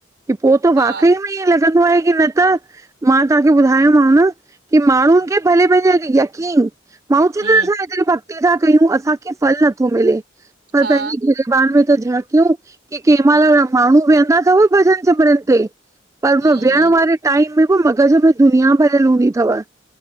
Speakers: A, on the right; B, on the right.
A: कि पो त
B: हा
A: वाकई में ईअं लॻंदो आ कि न त मां तव्हांखे ॿुधायो मांव न कि माण्हुनि खे भले पंहिंजे यकीन माण्हु चईंदाअसां
B: हम्म
A: हेतरी भक्ति था कयूं, असांखे फल नथो मिले पर
B: हा
A: पंहिंजी घ पाण में त झांकियूं कि कंहिं मइल माण्हूँ वेहंदा थव भॼन सिमरन ते। पर
B: हम्म
A: हुन विहण वारे टाइम में बि मग़ज़ में दुनिया भरियल हूंदी अथव।